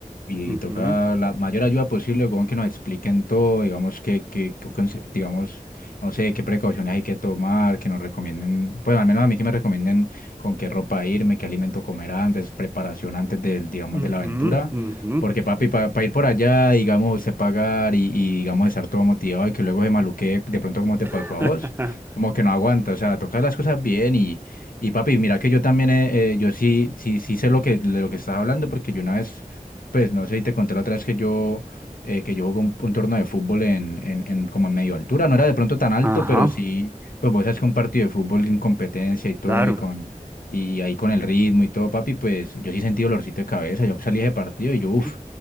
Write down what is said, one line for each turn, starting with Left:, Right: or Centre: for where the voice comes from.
Left: y,
Right: ujú,
Left: y toca
Right: ujú,
Left: la mayor ayuda posible, con que nos expliquen todo, digamos, que, que, que conse- digamos, no sé, qué precauciones hay que tomar, que nos recomienden, pues, al menos a mí que me recomienden con qué ropa irme, qué alimento comer antes, preparación antes del, digamos, de
Right: ujú,
Left: la aventura.
Right: ujú.
Left: Porque papi, para ir por allá, digamos, usted pagar y, y, digamos estar todo motivado y que luego se maluquee de pronto como te
Right: <laughs>
Left: pasó a vos. Como que no aguanta, o sea, tocar las cosas bien y, y papi, mira que yo también, eh, eh, yo sí, sí, sí sé lo que, de lo que estás hablando, porque yo una vez, pues no sé si te conté la otra vez que yo, eh, que yo jugué un, un torneo de fútbol en, en, en como en medio altura, no era de pronto tan alto,
Right: Ajá,
Left: pero sí, pues vos sabes que un partido de fútbol en competencia y todo,
Right: claro,
Left: y con, y ahí con el ritmo y todo, papi, pues yo sí sentí dolorcito de cabeza, yo salí de ese partido y yo, uff.
Right: ujú,